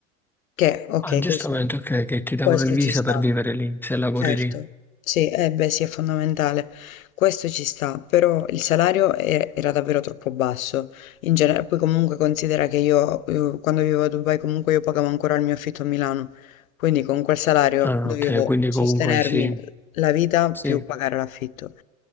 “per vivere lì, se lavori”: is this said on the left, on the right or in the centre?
Centre